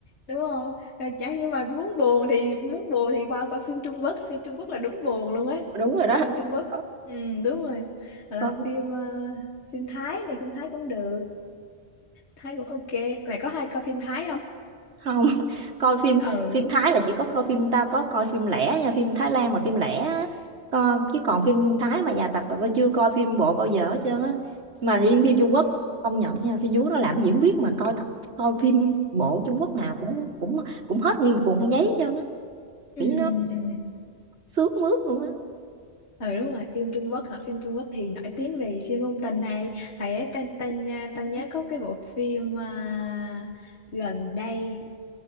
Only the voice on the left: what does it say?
đúng không Rồi chả nhưng mà muốn buồn thì muốn buồn thì qua coi phim Trung Quốc phim Trung Quốc là đúng buồn luôn ấy
phim Trung Quốc
ừ đúng rồi hoặc là
phim ờ, phim Thái này phim Thái cũng được Thái cũng ok mày có hay coi phim Thái không
ừ
ừ
ừ
ừ đúng rồi phim Trung Quốc hả phim Trung Quốc thì nổi tiếng về phim ngôn tình này thầy ấy tên tên à, tao nhớ có cái bộ phim à, gần đây